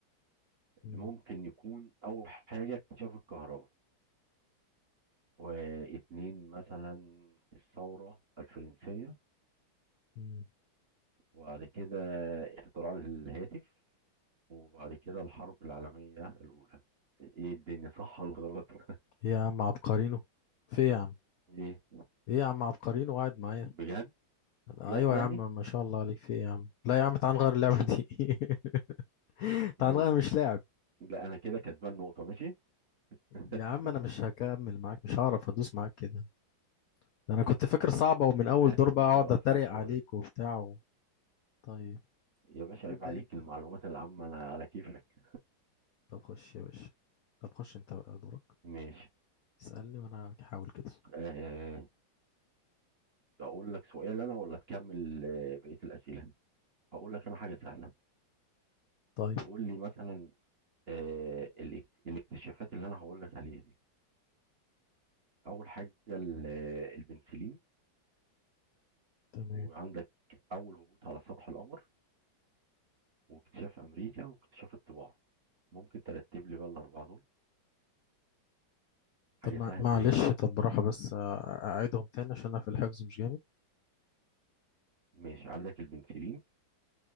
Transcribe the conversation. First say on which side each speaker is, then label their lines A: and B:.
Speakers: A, on the left; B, on the right.
A: مم،
B: ممكن يكون أول حاجة اكتشاف الكهرباء واتنين مثلا الثورة الفرنسية
A: مم.
B: وبعد كده اختراع الهاتف وبعد كده الحرب العالمية الأولى ايه الدنيا صح ولا غلط <laughs>
A: إيه يا عم عبقرينو في إيه يا عم
B: ايه
A: ايه يا عم عبقرينو قاعد معايا
B: بجد
A: ايوه
B: جت
A: يا
B: يعني
A: عم ما شاء الله عليك في ايه يا عم لا يا عم تعال نغير اللعبة دي <laughs> تعال
B: م...
A: نغير مش لاعب
B: لا انا كده كسبان نقطة ماشي <laughs>
A: يا عم انا مش هكمل معاك مش هعرف ادوس معاك كده ده انا كنت فاكر صعبة ومن اول
B: هات
A: دور
B: لي
A: بقى
B: بقى حاجة
A: اقعد اتريق
B: أصعب شوية
A: عليك وبتاع و... طيب
B: يا باشا
A: طب ابدأ
B: عيب عليك
A: انت
B: المعلومات
A: بقى
B: العامة أنا على كيفك
A: طب خش يا باشا طب خش انت بقى دورك
B: ماشي
A: اسألني وانا هحاول كده
B: أه أقول لك سؤال أنا ولا تكمل آه، بقية الأسئلة هقول لك أنا حاجة سهلة
A: طيب
B: تقول لي مثلا أه الاك- الاكتشافات اللي أنا هقول لك عليها دي أول حاجة ال- آه، البنسلين
A: تمام
B: وعندك أول هبوط على سطح القمر واكتشاف امريكا واكتشاف الطباعه ممكن ترتب لي بقى الاربعه دول
A: طب
B: حاجه
A: مع...
B: سهله
A: معلش
B: اهي
A: طب براحة بس أ- اعيدهم تاني عشان انا في الحفظ مش جامد
B: ماشي عندك البنسلين